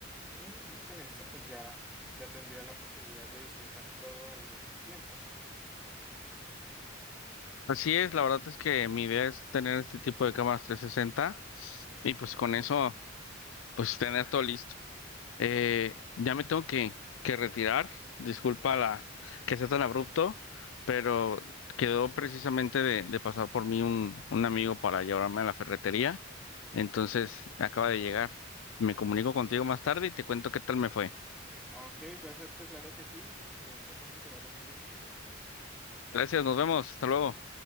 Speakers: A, in the centre; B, on the left.
A: Y, y con esto, pues ya, ya tendría la posibilidad de visualizar todo al mismo tiempo.
B: Así es, la verdad es que mi idea es tener este tipo de cámaras 360 y pues con eso, pues tener todo listo. Eh, ya me tengo que, que retirar, disculpa la que sea tan abrupto, pero quedó precisamente de, de pasar por mí un, un amigo para llevarme a la ferretería, entonces acaba de llegar. Me comunico contigo más tarde y te cuento qué tal me fue.
A: Ok, perfecto, claro que sí. Y entonces que te vaya muy bien.
B: Gracias, nos vemos. Hasta luego.